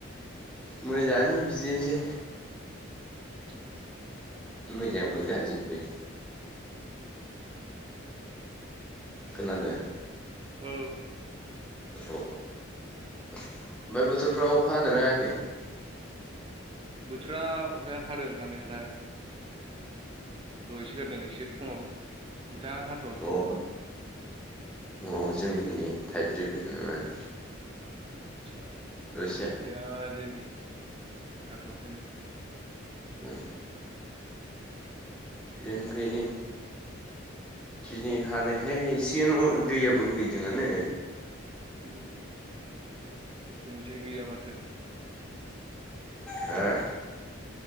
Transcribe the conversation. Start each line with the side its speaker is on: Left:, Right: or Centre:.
Centre: मोजाङानो बिदिनोसै।
Right: आथसा
Centre: मोजांबो गाज्रिबो।
Right: ओ
Centre: खोनादो।
Right: ओ
Centre: औ ओमफाय बोथोरफ्राव अखा हादोंना हायाखै?
Right: बोथोरा अखाया हादों हानायालाय। दयसो गारदों एसे फुङाव नोंथाङा हा
Centre: औ ओफाय औ जोंनिखि नै थाइफ्रि बायानो माने
Right: आतसा
Centre: एसे
Right: गैया जों गैया हाथ'वाखैनो।
Centre: उम जोंखै दिनै हानायखाय एसे न' दैया बोहैदोंआनो।
Right: उम जोंनिजाय गैया माथो।
Centre: आ